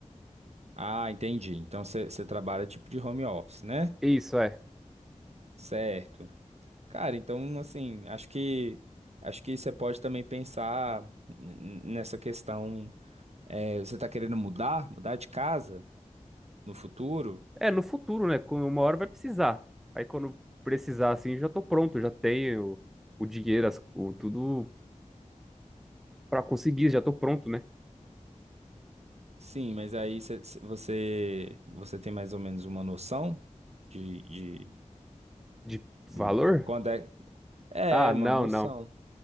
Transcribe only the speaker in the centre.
Isso, é.
É, no futuro, né? Quando Uma hora vai precisar. Aí quando precisar, assim, já tô pronto, já tenho o dinheiro, as- o, tudo pra conseguir, já tô pronto, né?
De valor?
Ah,
não,
não.